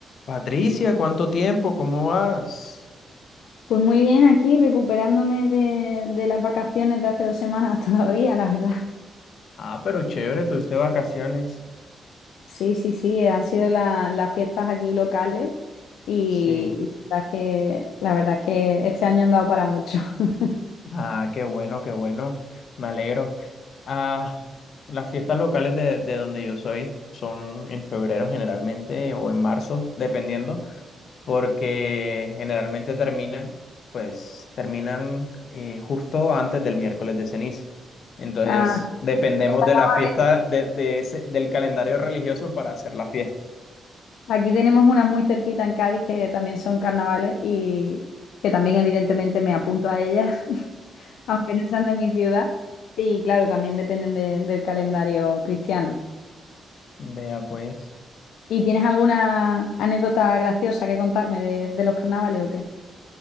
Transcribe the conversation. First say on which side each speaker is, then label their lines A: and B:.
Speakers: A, on the left (about 65°); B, on the left (about 80°).
A: Patricia, ¿cuánto tiempo? ¿Cómo vas?
B: Pues muy bien, aquí recuperándome de, de las vacaciones de hace dos semanas <laughs> todavía, la verdad.
A: Ah, pero chévere, tuviste vacaciones.
B: Sí, sí, sí, eh, han sido la- las fiestas aquí locales y,
A: Sí.
B: y la verdad es que, la verdad es que este año han dado para mucho. <laughs>
A: Ah, qué bueno, qué bueno. Me alegro. Ah, las fiestas locales de, de donde yo soy son en febrero generalmente o en marzo, dependiendo, porque generalmente terminan, pues terminan eh, justo antes del miércoles de ceniza. Entonces,
B: Ah,
A: dependemos
B: los carnavales.
A: de la fiesta, de, de ese, del calendario religioso para hacer la fiesta.
B: Aquí tenemos unas muy cerquita en Cádiz que también son carnavales y que también evidentemente me apunto a ellas, <laughs> aunque no sean de mi ciudad. Y claro, también dependen de- del calendario cristiano.
A: Vea pues.
B: ¿Y tienes alguna anécdota graciosa que contarme de, de los carnavales o qué?